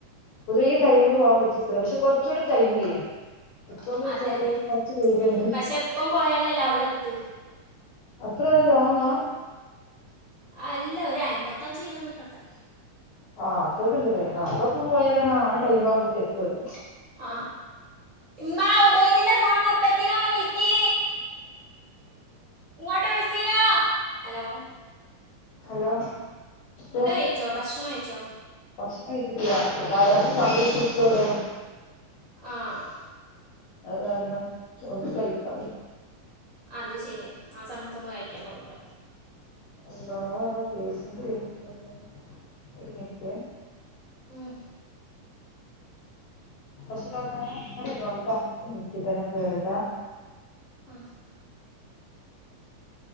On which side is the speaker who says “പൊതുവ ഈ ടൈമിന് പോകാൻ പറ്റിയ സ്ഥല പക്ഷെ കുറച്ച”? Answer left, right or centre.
Left